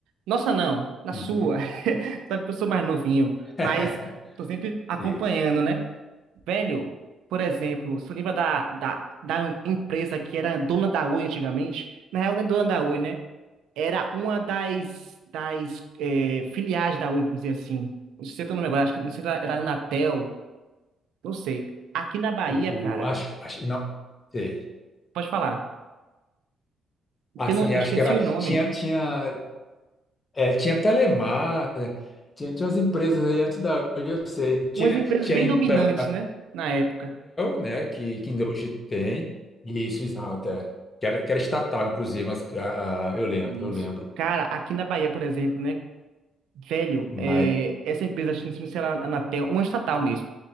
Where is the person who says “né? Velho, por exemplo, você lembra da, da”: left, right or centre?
Right